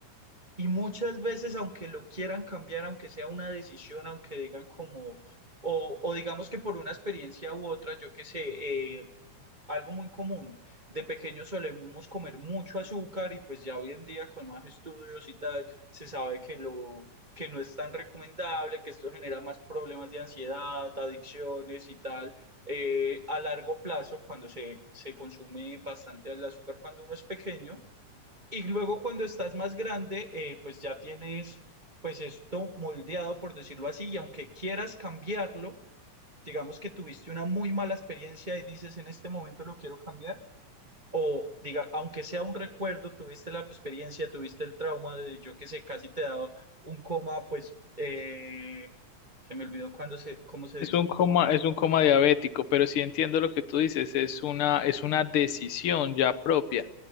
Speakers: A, on the right; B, on the left.
A: Y muchas veces, aunque lo quieran cambiar, aunque sea una decisión, aunque digan como, o, o digamos que por una experiencia u otra, yo qué sé, eh, algo muy común, de pequeños solemos comer mucho azúcar y pues ya hoy en día con más estudios y tal, se sabe que lo, que no es tan recomendable, que esto genera más problemas de ansiedad, adicciones y tal. eh, a largo plazo, cuando se, se consume bastante el azúcar cuando uno es pequeño. Y luego cuando estás más grande, eh, pues ya tienes pues esto moldeado, por decirlo así, y aunque quieras cambiarlo, digamos que tuviste una muy mala experiencia y dices en este momento lo quiero cambiar, o diga, aunque sea un recuerdo, tuviste la experiencia, tuviste el trauma de yo que sé, casi te da un coma, pues eh, se me olvidó cuando se, cómo se
B: Es
A: dice
B: un
A: un
B: coma,
A: coma,
B: es un coma diabético, pero sí entiendo lo que tú dices, es una, es una decisión ya propia.